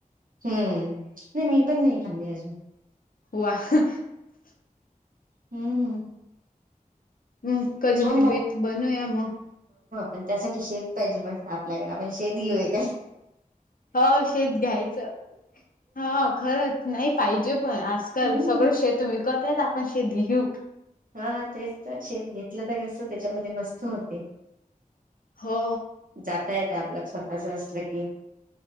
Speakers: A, on the right; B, on the left.
A: हम्म नाही मी पण नाही खाल्ली अजून.
B: <unintelligible>
A: हम्म.
B: हम् कधीतरी
A: छान
B: बेट बन या मग
A: पण त्यासाठी शेत पाहिजे म्हणत आपल्याकडे आपण शेत घेऊया काय?
B: हो शेत घ्यायचं. हा खरच नाही पाहिजे पण आजकाल
A: हम्म
B: सगळं शेत विक कतय आपण शेेत घेऊ
A: हा तेच तर शेत घेतलं तर कस त्याच्यामध्ये मस्त होते.
B: हो
A: जाता येता आपल्या स्वतःच असलं की,